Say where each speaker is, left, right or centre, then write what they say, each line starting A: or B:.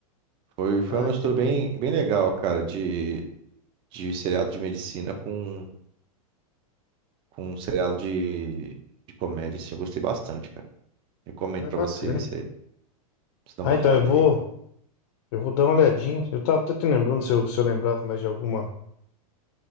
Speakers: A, on the right; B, on the left.
A: Foi, foi
B: Ah,
A: uma
B: entendi.
A: mistura bem, bem legal, cara, de, de seriado de medicina com, com um seriado de, de comédia, assim. Eu gostei bastante, cara. Recomendo
B: É
A: pra
B: bacana.
A: você aí, você, você dar
B: Ah,
A: uma
B: então
A: olhada
B: eu vou,
A: aí.
B: eu vou dar uma olhadinha. Eu tava até te lembrando se eu, se eu lembrava mais de alguma.